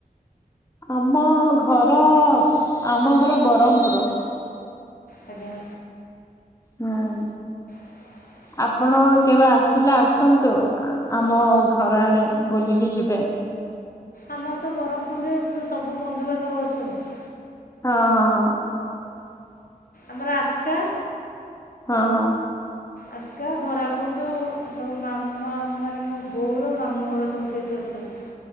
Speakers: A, on the left (about 20°); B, on the left (about 65°).
A: ଆମ ଘର ଆମ ଘର ବରମପୁର।
B: ଆଜ୍ଞା।
A: ହଁ।
B: ହ <inaudible>
A: ଆପଣ କେବେ ଆସିଲେ ଆସନ୍ତୁ ଆମ ଘରଆଡେ ବୁଲିକି ଯିବେ?
B: ଆମର ତ ବରମପୁରରେ ସବୁ ବନ୍ଧୁବାନ୍ଧବ ଅଛନ୍ତି।
A: ହଁ ହଁ ହଁ।
B: ଆମର ଆସ୍କା।
A: ହଁ ହଁ।
B: ଆସ୍କା ଧରାକୁଟ ସବୁ ମାମା ମାନେ ମୋ ବୋଉର ମାମୁଁ ଘର ସବୁ ସେଇଠି ଅଛନ୍ତି। <inaudible>